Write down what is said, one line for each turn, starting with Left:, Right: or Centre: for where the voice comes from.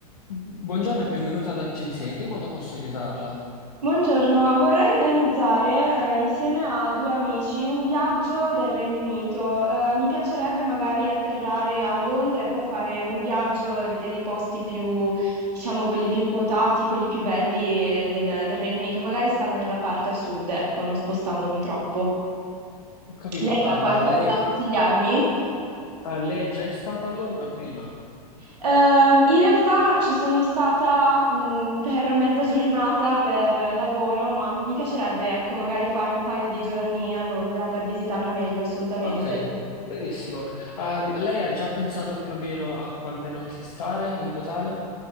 Left: Buongiorno e benvenuta all'agenzia. In che modo posso aiutarla?
Right: Buongiorno, vorrei organizzare, eh, insieme a due amici un viaggio del Regno Unito. Eh, mi piacerebbe magari atterrare a Londra e poi fare un viaggio e vedere i posti più, diciamo, quelli più quotati, quelli più belli, eh, del, del Regno Unito, magari stando nella parte a sud, ecco, non spostandomi troppo.
Left: Ho capito,
Right: Lei
Left: ah,
Right: ha
Left: ma
Right: qualcosa
Left: lei,
Right: da consigliarmi?
Left: ah, lei già è stata a Londra prima?
Right: Ehm, in realtà ci sono stata, mh, per mezza giornata per lavoro, ma mi piacerebbe, ecco, magari fare un paio di giorni a Londra per visitarla meglio, assolutamente.
Left: Ok, benissimo. Ah, lei ha già pensato più o meno a quante notti stare in totale?